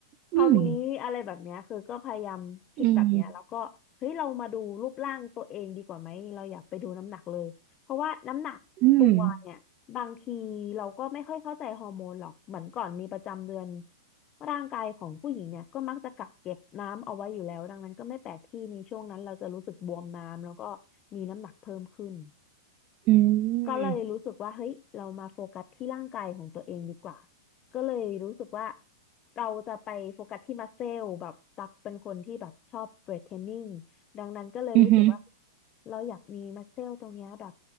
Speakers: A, on the left; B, on the right.
A: เท่านี้อะไรแบบเนี้ยคือก็พยายามคิดแบบเนี้ยแล้วก็เฮ้ยเรามาดูรูปร่างตัวเองดีกว่าไหมเราอยากไปดูน้ำหนักเลยเพราะว่าน้ำหนัก
B: อืมอืมอืม
A: ตัวเนี่ยบางทีเราก็ไม่ค่อยเข้าใจฮอร์โมนหรอกเหมือนก่อนมีประจำเดือนร่างกายของผู้หญิงเนี่ยก็มักจะกักเก็บน้ำเอาไว้อยู่แล้วดังนั้นก็ไม่แปลกที่ในช่วงนั้นเราจะรู้สึกบวมน้ำแล้วก็มีน้ำหนักเพิ่มขึ้น
B: อื
A: ก็เลยรู้สึกว่าเฮ้ยเรามาโฟกัสที่ร่างกายของตัวเองดีกว่า
B: ม
A: ก็เลยรู้สึกว่าเราจะไปโฟกัสที่มัสเซลแบบตักเป็นคนที่แบบชอบเวทเทรนนิ่งดังนั้นก็เลยรู้สึกว่า
B: อืม
A: เราอยากมีมัสเซลตรงเนี้ยแบบ